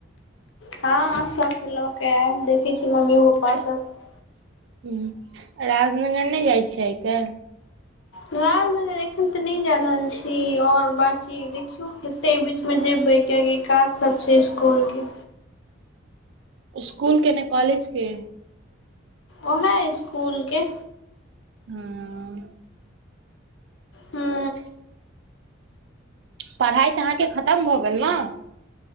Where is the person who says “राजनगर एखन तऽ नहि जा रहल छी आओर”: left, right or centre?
Left